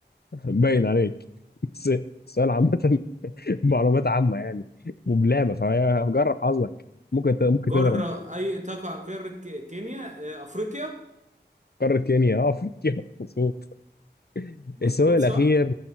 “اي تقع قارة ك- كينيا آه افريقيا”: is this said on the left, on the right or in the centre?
Right